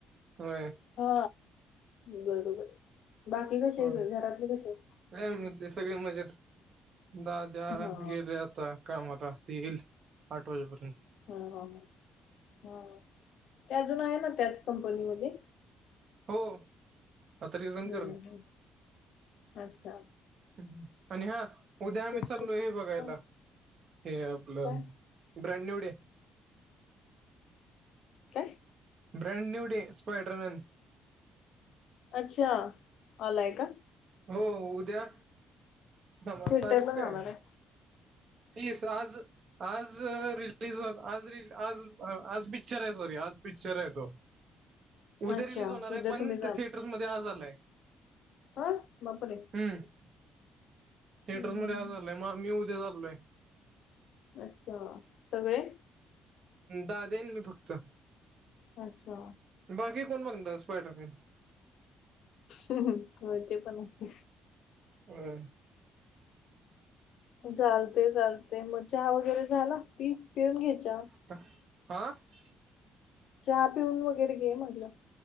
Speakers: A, on the right; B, on the left.
A: होय.
B: हा बरोबर, बाकी कसे
A: होय
B: आहे घरातले कसे आहेत?
A: काय नाही मग ते सगळे मजेत दाद्या
B: हा
A: गेले आता. कामाला ते येईल आठ वाजेपर्यंत.
B: हा हा हा, हा त्या अजून आहे ना त्याच कंपनीमध्ये?
A: हो, आता रिझाइन
B: हम्म
A: करलं.
B: हम्म अच्छा.
A: <unintelligible> आणि हा उद्या आम्ही
B: ठीक
A: चाललो
B: आहे.
A: हे बघायला,
B: हा,
A: हे आपलं
B: काय
A: ब्रँड न्यू डे.
B: काय?
A: Brand new day Spiderman.
B: अच्छा आलाय का?
A: हो उद्या, थांब आज
B: थिएटरला
A: तारीख काय?
B: जाणार आहे.
A: तीस आज आज रिलीज आज आज आज पिक्चर आहे सॉरी आज पिक्चर आहे तो. उद्या
B: अच्छा
A: रिलीज होणार आहे,
B: उद्या
A: पण
B: तुम्ही
A: ते थिएटर्समध्ये आज आलाय.
B: आनं बापरे.
A: हम्म. थेटरमध्ये
B: हम्म.
A: आज आलाय, मं मी उद्या चाललोय.
B: अच्छा सगळे?
A: दाद्या अन मी फक्त
B: अच्छा.
A: बाकी कोण बघणार स्पायडरमन?
B: ह हो ते पण आहे.
A: होय,
B: चालतय चालतय मग चहा वगैरे झाला? पी पिऊन घे चहा.
A: ता ''हां ''
B: चहा पिऊन वगैरे घे म्हटलं.